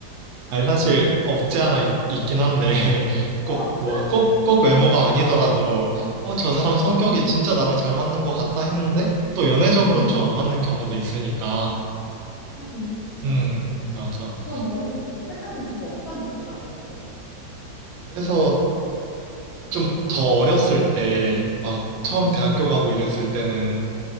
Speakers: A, on the right (about 80°); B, on the left (about 85°).
A: 아니, 사실 없지 않아 있, 긴 한데, <laughs> 꼭,
B: 어. <laughs>
A: 뭐, 꼭, 꼭 외모가 아니더라도, 어, 저 사람
B: 어,
A: 성격이 진짜 나랑 잘 맞는 것 같다 했는데, 또 연애적으로는
B: 음,
A: 좀 안 맞는 경우도 있으니까,
B: 하긴, 그치.
A: 음, 맞아.
B: 그럼 너는 여태까지는 주로 어떤 연애를 많이 했어?
A: 그래서 좀 저 어렸을 때, 막, 처음
B: 음.
A: 대학교 가고 이랬을 때는,